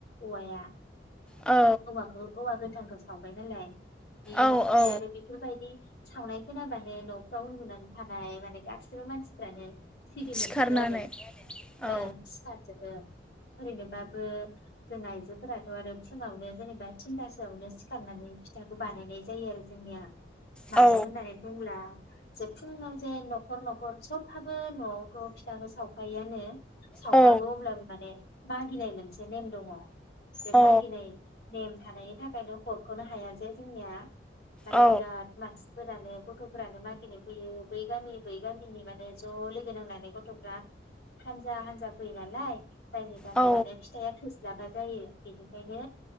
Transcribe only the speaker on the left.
औवाया।
औवाखौ औवा गो थांखौ सावबाय नालाय बिदि ओमफाय
आरो बेफोरबायदि सावनाय खोनाबानो नआव उन्दुनानै थानाय माने गासिबो मानसिफ्रानो सिरि
मोनजोबो आरो
ओं सिखारजोबो। ओरैनोबाबो जों आइजोफोराथ आरो फुङावनो जेनेबा थिनथासोआवनो सिखारनानै फिथाखौ बानायनाय जायो आरो जोंनिया। मानो
होननानै बुंला जे फुङाव जे नखर-नखर सबहाबो नआवथ फिथाखौ सावखायोआनो। सावबाबो
अब्लाबो माने मागिनाय मोनसे नेम दङ। बे
मागिनाय नेम थानायनि थाखायनो हरखनो हाया जे जोंनिया माने
बिरात मानसि फोरानो गथफोरानो मा गिनाय फैयो बै गामि बै गामिनि माने ज लोगो नांनानै गथफ्रा हानजा हानजा फैयो नालाय जायनि थाखाय
माने फिथाया थो <unintelligible> जायो बेनिखायनो